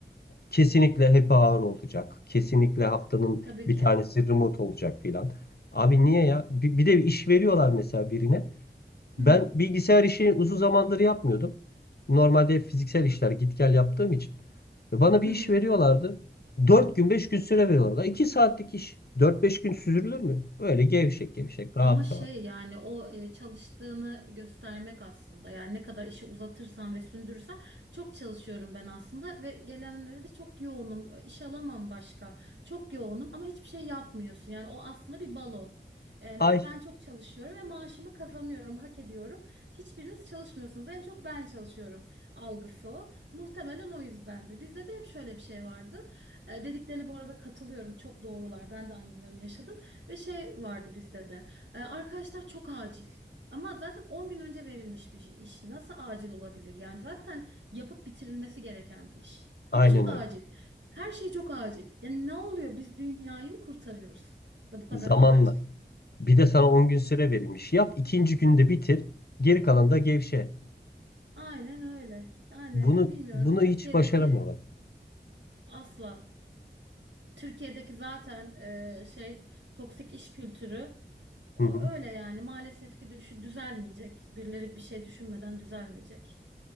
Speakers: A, on the left (about 60°); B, on the right (about 90°).
A: Kesinlikle hep ağır olacak. Kesinlikle haftanın
B: Tabii
A: bir
B: ki.
A: tanesi remote olacak filan. Abi niye ya? Bir, bir de iş veriyorlar mesela birine.
B: Hı
A: Ben
B: hı.
A: bilgisayar işini uzun zamandır yapmıyordum. Normalde fiziksel işler git gel yaptığım için. Ve Bana bir
B: Hı hı.
A: iş veriyorlardı. 4 gün 5 gün süre veriyorlardı. 2 saatlik iş. Dört beş gün süzülür mü? Öyle gevşek gevşek rahat
B: Ama şey
A: rahat.
B: yani o e, çalıştığını göstermek aslında yani ne kadar işi uzatırsan ve sündürürsen çok çalışıyorum ben aslında ve gelenlere de çok yoğunum iş alamam başka çok yoğunum ama hiçbir şey yapmıyorsun yani o aslında bir balon. Yani
A: Ay
B: ben çok çalışıyorum ve maaşımı kazanıyorum, hak ediyorum. Hiçbiriniz çalışmıyorsunuz. En çok ben çalışıyorum algısı o. Muhtemelen o yüzdendir. Bizde de hep şöyle bir şey vardı. E, dediklerine bu arada katılıyorum. Çok doğrular. Ben de aynılarını yaşadım. Ve şey vardı bizde de. Ee, arkadaşlar çok acil. Ama zaten 10 gün önce verilmiş bir şey- iş. Nasıl acil olabilir? Yani zaten yapıp bitirilmesi gereken bir iş.
A: aynen
B: Ama çok acil.
A: öyle.
B: Her şey çok acil. Yani ne oluyor? Biz dünyayı mı kurtarıyoruz? Da bu kadar
A: Zamanla.
B: acil.
A: Bir de sana 10 gün süre verilmiş. Yap ikinci günde bitir. Geri kalan da gevşe.
B: Aynen öyle. Yani
A: Bunu
B: bilmiyorum.
A: bunu
B: Türkiye'deki
A: hiç başaramıyorlar.
B: asla. Türkiye'deki zaten e, şey toksik iş kültürü o
A: Hı hı.
B: öyle yani maalesef ki düşü düzelmeyecek. Birileri bir şey düşünmeden düzelmeyecek.